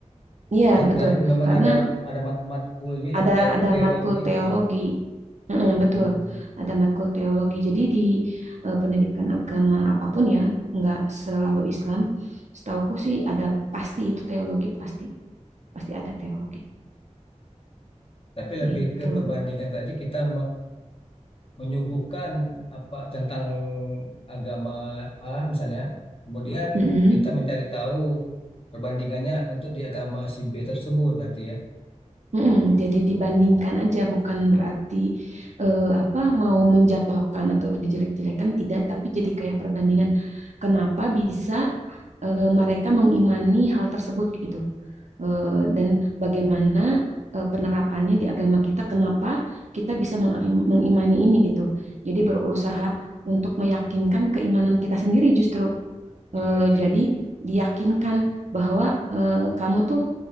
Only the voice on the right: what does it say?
Iya,
betul.
Karena
ada
ada
matkul teologi.
Mm-mm,
betul. Ada matkul teologi. Jadi di eh, pendidikan agama apapun ya, nggak selalu Islam. Setauku sih ada pasti itu teologi pasti pasti ada teologi
gitu.
Mm-mm.
Mm-mm, jadi dibandingkan aja bukan berarti eh, apa mau menjatuhkan atau dijelek-jelekan tidak, tapi jadi kayak perbandingan kenapa bisa eh, mereka mengimani hal tersebut gitu Eh, dan bagaimana eh, penerapannya di agama kita, kenapa kita bisa mengaim- mengimani ini gitu. Jadi berusaha untuk meyakinkan keimanan kita sendiri justru.
Eh,
jadi
diyakinkan bahwa eh, kamu tuh